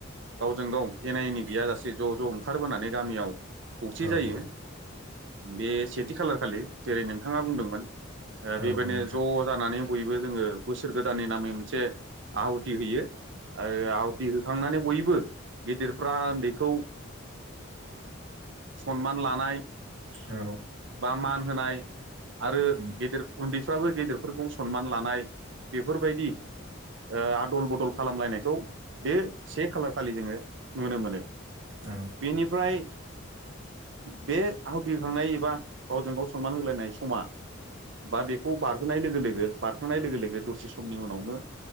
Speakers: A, on the right; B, on the right.
A: गावजों गाव एना एनि गैयाजासे
B: औ
A: ज' ज' ओंखारबोनानै गामियाव खौसे
B: औ
A: जायो
B: औ
A: बे सेथि खालार खालि जेरै नोंथाङा बुंदोंमोन ओ
B: औ
A: बे
B: नोंथां
A: ज' जानानै बयबो जोङो बोसोर गोदाननि नामै मोनसे आहुथि होयो ओ आवदि होखांनानै बयबो गेदिरफ्रा ओन्दैखौ सनमान लानाय
B: औ
A: बा मान होनाय आरो
B: उम
A: गेदेर उन्दैफ्राबो गेदेर फोरखौ सनमान लानाय बेफोर बायदि ओ आदल बदल खालाम लायनायखौ बे से खालार खालि जोङो नुनो मोनो।
B: औ।
A: बिनिफ्राय बे आहुति होखांनाय एबा गावजों गाव सनमान होलायनाय समा बा बेखौ बारहोनाय लोगो लोगो बारखांनाय लोगो लोगो दसे समनि उनावनो